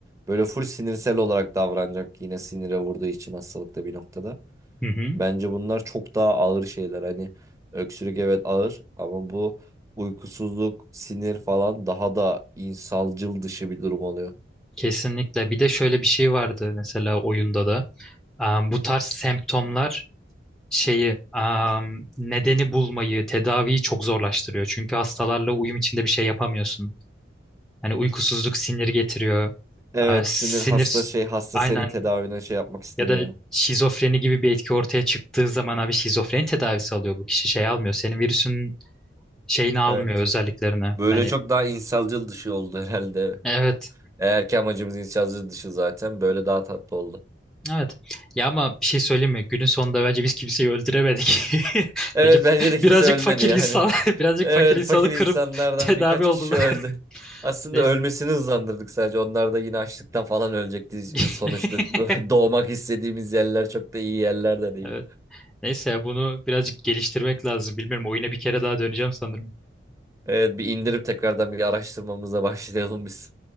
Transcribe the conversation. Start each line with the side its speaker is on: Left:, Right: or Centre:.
Right: Böyle full sinirsel olarak davranacak yine sinire vurduğu için hastalıkta bir noktada.
Centre: Hı hı,
Right: Bence bunlar çok daha ağır şeyler. Hani öksürük evet ağır ama bu uykusuzluk, sinir falan daha da insancıl dışı bir durum oluyor.
Centre: kesinlikle. Bir de şöyle bir şey vardı mesela oyunda da. Ee, bu tarz semptomlar şeyi am, nedeni bulmayı, tedaviyi çok zorlaştırıyor. Çünkü hastalarla uyum içinde bir şey yapamıyorsun. Hani uykusuzluk sinir getiriyor.
Right: Evet
Centre: Ee, sinir
Right: sinir hasta şey hasta
Centre: aynen
Right: senin tedavine şey yapmak istemiyor.
Centre: ya da şizofreni gibi bir etki ortaya çıktığı zaman abi şizofreni tedavisi alıyor bu kişi şey almıyor. Senin virüsün şeyini almıyor
Right: Evet.
Centre: özelliklerini.
Right: Böyle
Centre: Hani
Right: çok daha insancıl dışı oldu herhalde.
Centre: evet.
Right: Eğer ki amacımız inşaatçı dışı zaten böyle daha tatlı oldu.
Centre: Evet. Ya ama bir şey söyleyeyim mi? Günün sonunda bence biz kimseyi öldüremedik. <laughs>
Right: Evet
Centre: Sadece
Right: bence de kimse
Centre: birazcık
Right: ölmedi
Centre: fakir
Right: yani.
Centre: insan,
Right: <laughs>
Centre: <laughs> birazcık
Right: Evet
Centre: fakir insanı
Right: fakir insanlardan
Centre: kırıp tedavi
Right: birkaç
Centre: oldular.
Right: kişi öldü. Aslında
Centre: <laughs> Neyse.
Right: ölmesini hızlandırdık sadece. Onlar da yine açlıktan falan ölecekti. İşte
Centre: <laughs>
Right: Sonuçta <laughs> doğmak istediğimiz yerler çok da iyi yerler de değil.
Centre: Evet. Neyse ya bunu birazcık geliştirmek lazım. Bilmiyorum oyuna bir kere daha döneceğim sanırım.
Right: Evet bir indirip tekrardan bir araştırmamıza başlayalım biz.